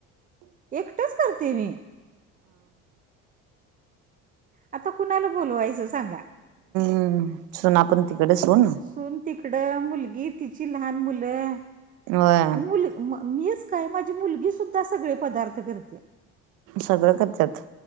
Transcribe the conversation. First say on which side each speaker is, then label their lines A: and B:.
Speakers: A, on the right (about 25°); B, on the right (about 80°).
A: एकटंच करते मी आता कुणाला बोलवायचं सांगा.
B: हम्म. सुना पण तिकडं सून
A: सून तिकडं मुलगी तिची लहान मुलं
B: होय
A: आणि मुलं म मीच काय माझी मुलगी सुद्धा सगळे पदार्थ करते.
B: सगळं करत्यात